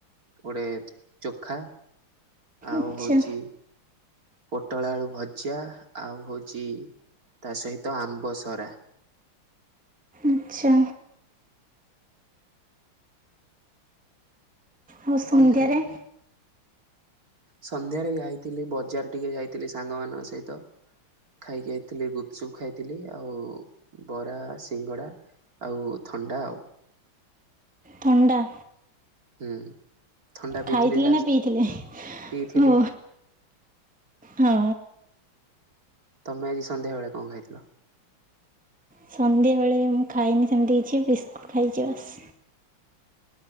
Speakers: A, on the right; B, in the centre.
A: ଗୋଟେ ଚୋଖା ଆଉ
B: ଆଚ୍ଛା
A: ହଉଛି ପୋଟଳଆଳୁ ଭଜା ଆଉ ହୋଉଛି ତା ସହିତ ଆମ୍ବ ସରା।
B: ଆଚ୍ଛା। ଆଉ
A: ଏତିକି
B: ସନ୍ଧ୍ୟାରେ?
A: ଖାଇଥିଲି। ସନ୍ଧ୍ୟାରେ ଯାଇଥିଲି ବଜାର ଟିକେ ଯାଇଥିଲି ସାଙ୍ଗମାନଙ୍କ ସହିତ। ଖାଇକି ଆଇଥିଲି ଗୁପଚୁପ୍ ଖାଇଥିଲି ଆଉ ବରା, ସିଙ୍ଗଡ଼ା। ଆଉ ଥଣ୍ଡା ଆଉ।
B: ଥଣ୍ଡା।
A: ହୁଁ। ଥଣ୍ଡା ପିଇଥିଲି
B: ଖାଇଥିଲେ
A: ଲାଷ୍ଟ
B: ନା ପିଇଥିଲେ
A: ପିଇଥିଲି।
B: ଓ ହଁ।
A: ତମେ ଆଜି ସନ୍ଧ୍ୟାବେଳେ କଣ ଖାଇଥିଲ?
B: ସନ୍ଧ୍ୟାବେଳେ ମୁଁ ଖାଇନି ସେମିତି କିଛି ବିସ୍କୁଟ ଖାଇଛି ବାସ୍।